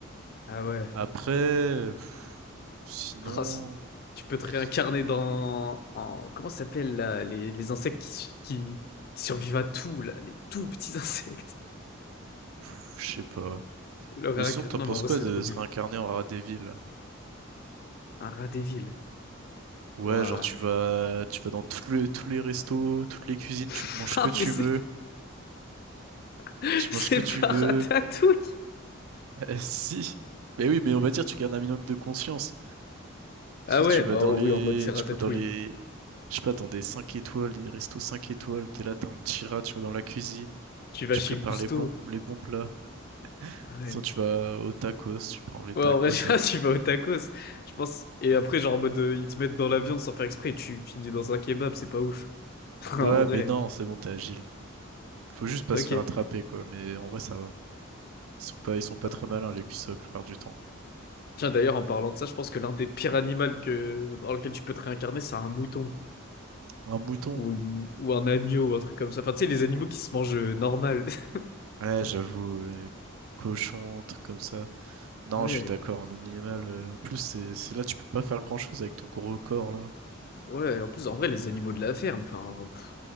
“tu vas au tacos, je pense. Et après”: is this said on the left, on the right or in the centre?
Left